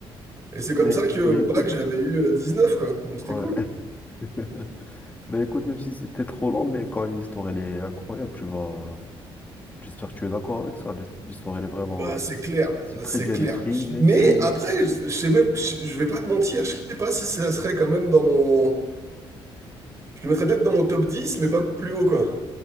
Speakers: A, on the right (about 30°); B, on the left (about 15°).
A: Et c'est comme
B: Mais,
A: ça que au
B: mais écoute,
A: bac, j'avais eu euh, neuf quoi. Donc c'était
B: ouais.
A: cool.
B: <laughs> Ben écoute, même si c'était trop long, mais quand même, l'histoire, elle est incroyable. Tu vas... J'espère que tu es d'accord avec ça. L'histoire, elle est vraiment...
A: Bah,
B: euh,
A: c'est clair,
B: C'est
A: euh,
B: très
A: c'est
B: bien
A: clair.
B: écrit, même
A: Mais
B: si...
A: après, je je sais même, je je vais pas te mentir, je sais pas si ça serait quand même dans mon. Je le mettrais peut-être dans mon top 10, mais pas plus haut, quoi.